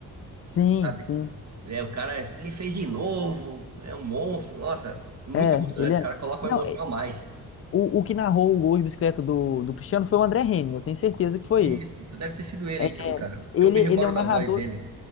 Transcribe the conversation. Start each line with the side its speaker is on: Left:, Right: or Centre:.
Left: Sim,
Right: sabe?
Left: sim.
Right: É, o cara, é- ele fez de novo, é um monstro. Nossa, muito
Left: É,
Right: emocionante,
Left: ele é.
Right: o cara coloca uma
Left: Não,
Right: emoção a mais.
Left: O, o que narrou o gol de bicicleta do, do Cristiano foi o André Henning, eu tenho certeza que foi
Right: Isso,
Left: ele.
Right: então deve ter sido ele,
Left: É,
Right: então, cara,
Left: ele,
Right: que eu me
Left: ele
Right: recordo
Left: é um narrador.
Right: da voz dele.